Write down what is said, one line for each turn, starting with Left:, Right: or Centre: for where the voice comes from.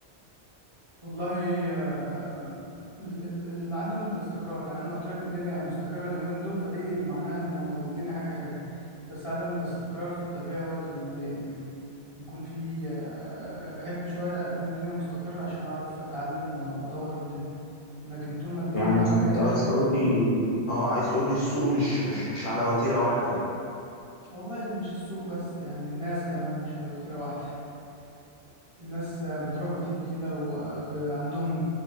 Right: والله آه، ال- ال- ال- عدم الاستقرار يعني أنا قلت لك الدنيا مستقرة اليومين دول فدي معناها إن الدنيا حاجة حلوة بس عدم الاستقرار في الطبيعة هو اللي بيضايقني يعني إن يكون في آه، يعني بحب شوية أكون الدنيا مستقرة عشان أعرف أتعلم و- وأطور الدنيا لكن طول ما الدنيا
Left: يعني
Right: رايحة جاية
Left: انت عايز
Right: كده
Left: تقول لي اه عايز تقول لي السوق مش مش مش على وتيرة واحدة يعني
Right: والله مش السوق بس يعني الناس كمان مش على وتيرة واحدة <laughs> الناس آه، بتروح وتيجي كده وعندهم